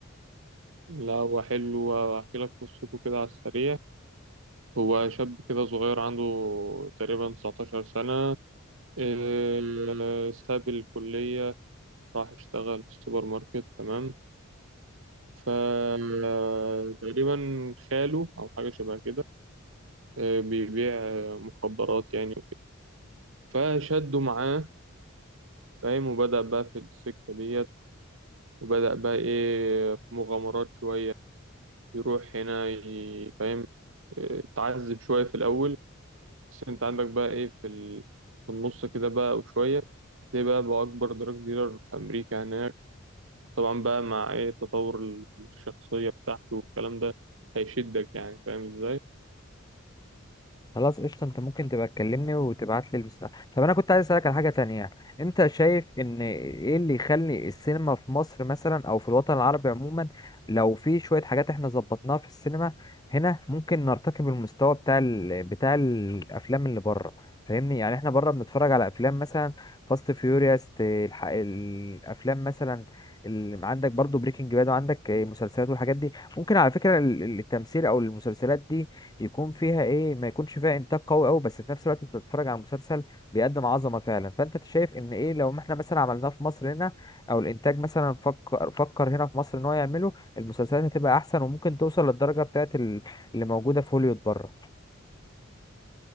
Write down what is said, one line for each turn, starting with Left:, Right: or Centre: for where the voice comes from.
Right: لا هو حلو احكي لك قصته كده على السريع هو شاب كده صغير عنده تقريبا 19 سنة إيه، ساب الكلية راح اشتغل في السوبر ماركت تمام فتقريبا خاله أو حاجة شبه كده آه، بيبيع آه، مخدرات يعني وكده فشده معاه فاهم وبدأ بقى في السكة ديت وبدأ بقى إيه في مغامرات شوية يروح هنا ي- فاهم آه، تعذب شوية في الأول بس أنت عندك بقى إيه في ال- في النص كده بقى وشوية هتلاقي بقى بقى أكبر دراج ديلر في أمريكا هناك طبعا بقى مع إيه تطور الشخصية بتاعته والكلام ده هيشدك يعني فاهم إزاي
Left: خلاص قشطة انت ممكن تبقى تكلمني وتبعت لي المستقبل طب انا كنت عايز اسألك على حاجة تانية انت شايف ان ايه اللي يخلي السينما في مصر مثلا او في الوطن العربي عموما لو في شوية حاجات احنا ظبطناها في السينما هنا ممكن نرتقي بالمستوى بتاع ال... بتاع الافلام اللي بره فاهمني يعني احنا بره بنتفرج على افلام مثلا فاست فيوريوس الح... الافلام مثلا ال- عندك برضو بريكنج باد وعندك مسلسلات والحاجات دي ممكن على فكرة ال- التمثيل او المسلسلات دي يكون فيها ايه ما يكونش فيها انتاج قوي قوي بس في نفس الوقت انت بتتفرج على مسلسل بيقدم عظمه فعلا فانت شايف ان ايه لو ما احنا مثلا عملناه في مصر هنا او الانتاج مثلا فكر فكر هنا في مصر ان هو يعمله المسلسلات هتبقى احسن وممكن توصل للدرجه بتاعت ال- اللي موجوده في هوليوود بره